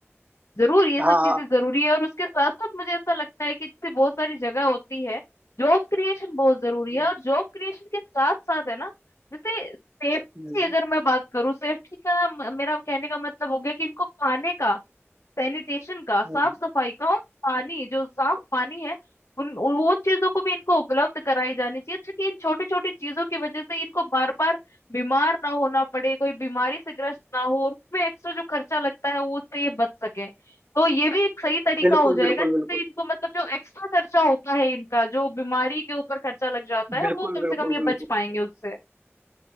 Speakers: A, on the left; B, on the right.
A: जरूर ये
B: हाँ
A: सब
B: हाँ
A: चीजें जरूरी है और उसके साथ साथ मुझे ऐसा लगता है कि जैसे बहुत सारी जगह होती है जॉब क्रिएशन बहुत जरूरी
B: हम्म,
A: है और जॉब क्रिएशन के साथ साथ है ना जैसे सेफ्टी
B: हम्म,
A: अगर मैं बात करूँ सेफ्टी का म- मेरा कहने का मतलब हो गया कि इनको खाने का सैनिटेशन का साफ
B: हम्म।
A: सफाई का और पानी जो साफ पानी है उन उन चीजों को भी इनको उपलब्ध कराई जानी चाहिए ताकि इन छोटी छोटी चीजों की वजह से इनको बार बार बीमार ना होना पड़े कोई बीमारी से ग्रस्त ना हो और उसमें एक्स्ट्रा जो खर्चा लगता है वो उससे ये बच सके तो ये भी एक सही तरीका
B: बिल्कुल
A: हो जाएगा
B: बिल्कुल
A: जिससे
B: बिल्कुल
A: इनको मतलब जो एक्स्ट्रा खर्चा होता है इनका जो बीमारी के ऊपर खर्चा लग जाता है
B: बिल्कुल
A: वो कम
B: बिल्कुल
A: से कम ये
B: बिल्कुल
A: बच पाएंगे उससे